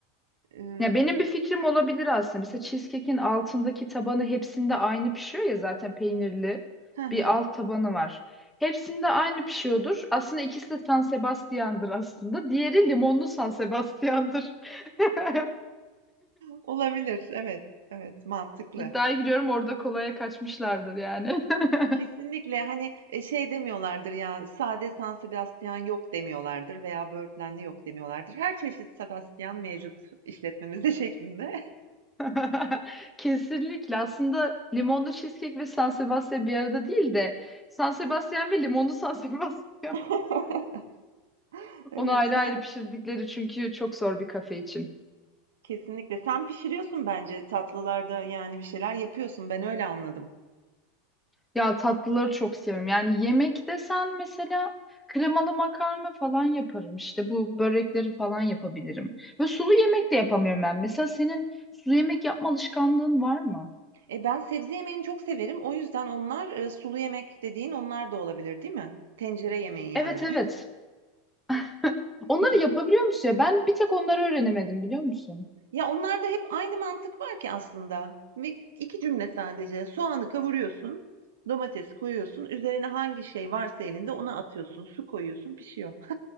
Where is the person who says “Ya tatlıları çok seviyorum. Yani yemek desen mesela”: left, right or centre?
Centre